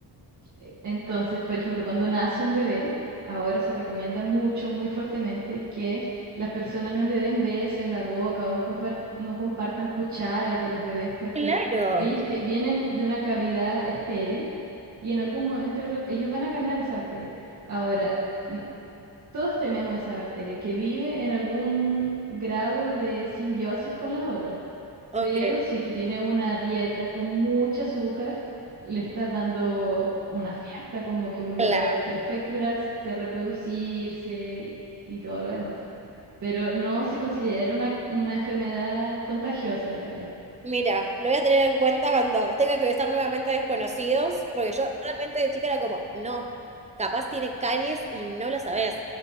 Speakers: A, on the right (about 40°); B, on the right (about 15°).
A: Eh, Entonces, por ejemplo, cuando nace un bebé, ahora se recomienda mucho, muy fuertemente que las personas no le den beso en la boca o no, compar- no compartan cuchara con los bebés porque
B: Claro.
A: ellos tie- vienen de una cavidad estéril y en algún momento de lo- ellos van a ganar esa bacteria. Ahora, mm, todos tenemos esa bacteria que vive en algún grado de simbiosis con las otras.
B: Ok,
A: Pero si tú tienes una dieta con mucho azúcar, le estás dando una fiesta, como que un
B: claro.
A: lugar perfecto para se reproducirse y, y todo lo demás. Pero no se considera una, una enfermedad contagiosa la caries.
B: Mira, lo voy a tener en cuenta cuando tenga que besar nuevamente a desconocidos, porque yo realmente de chica era como, no, capaz tiene caries y no lo sabes.